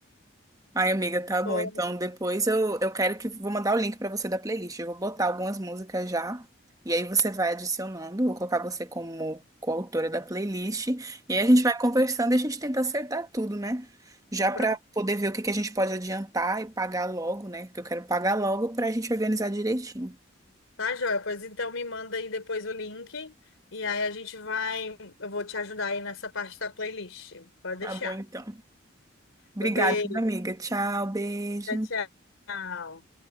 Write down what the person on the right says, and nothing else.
Ai, amiga, tá
bom. Então, depois eu, eu quero que vou mandar o link pra você da playlist. Eu vou botar algumas músicas já. E aí você vai adicionando. Vou colocar você como coautora da playlist. E aí a gente vai conversando e a gente tenta acertar tudo, né? Já pra
poder ver o que que a gente pode adiantar e pagar logo, né? Que eu quero pagar logo pra gente organizar direitinho.
Tá
bom, então. Obrigada,
amiga. Tchau, beijo.